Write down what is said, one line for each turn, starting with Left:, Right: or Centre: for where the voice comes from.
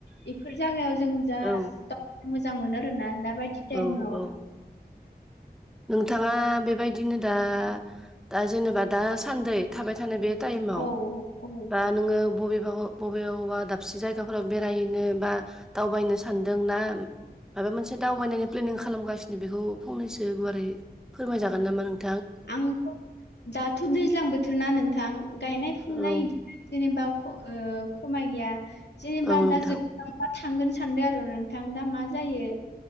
Left: बेफोर जागायाव जों जा
Centre: औ
Left: मोजां मोनो आरोना‌ दा बाय दि टाइमाव।
Centre: औ औ नोंथाङा बेबायदिनो दा दा जेनेबा दा सान्दै थाबाय थानाय बे टाइमाव
Left: औ औ औ
Centre: बा नोङो बबेबा बबेबा दाबसे जायगाफोराव बेरायनो बा दावबायनो सानदों ना माबा मोनसे दावबायनायनि प्लेनिं खालामगासिनो बेखौ फंनैसो गुवारै फोरमायजागोन नामा नोंथां।
Left: आंथ' दाथ' दैज्लां बोथोर ना नोंथां गायनाय फुनाय
Centre: औ
Left: बिदिनो जेनेबा ख' ओ खमाय गैया जेनेबा
Centre: औ नोंथां
Left: दा जोब दा थांगोन सानदों आरो नोंथां दा मा जायो।